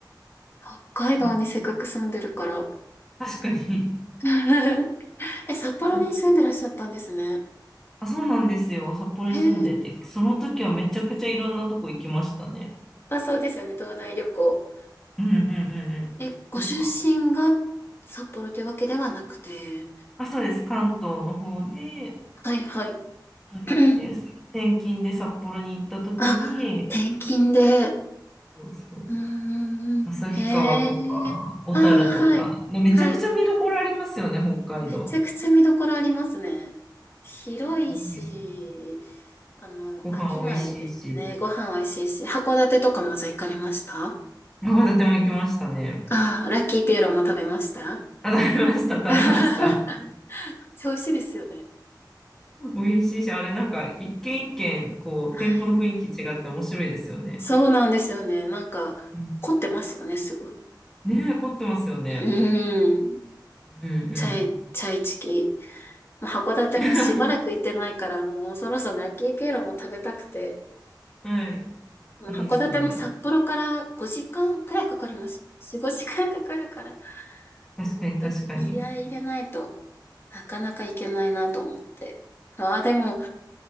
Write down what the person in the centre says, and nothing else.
<laughs> あったね。確かに。
<laughs> あ、そうなんですよ。札幌に住んでて、
その時はめちゃくちゃいろんなとこ行きましたね。
うんうんうんうん。
なんか、
あ、そうです。関東の方で、
はい。
で、
転勤で札幌に行った時に、
そうそう。
旭川とか、
小樽とか、
でめちゃくちゃ見どころありますよね、
北海道。
いや、いいんですよね。
ご飯美味しいし。
函館も行きましたね。
あ、食べました、食べました。
美味しいし、あれなんか一軒一軒、こう、
店舗の雰囲気違って面白いですよね。
うん。
ねえ、凝ってますよね。
うんう
ん。<laughs>
はい。
いいですね。
確かに確かに。